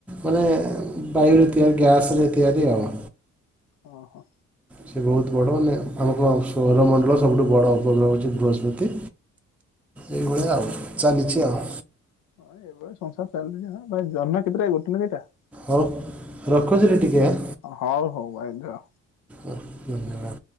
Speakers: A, in the centre; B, on the left (about 80°).
A: ମାନେ ବାୟୁରେ ଥିବା ଗ୍ୟାସ ରେ ତିଆରି ଆଉ।
B: ଓହୋ।
A: ସେ ବହୁତ ବଡ଼ ମାନେ ଆମକୁ ସୌରମଣ୍ଡଳର ସବୁଠୁ ବଡ଼ ଉପଗ୍ରହ ହେଉଛି ବୃହସ୍ପତି। ଏଇଭଳିଆ ଆଉ ଚାଲିଛି ଆଉ।
B: ହଁ ଏଇଭଳିଆ ସଂସାର ଚାଲୁଛି ହଁ ଭାଇ ଜହ୍ନଟି ପୁରା ଗୋଟେ ନା ଦିଇଟା?
A: ‌ହୋଉ ରଖୁଚିରେ ଟିକେ ଆଁ।
B: ହୋଉ ହୋଉ ଆଜ୍ଞା।
A: ଧନ୍ୟବାଦ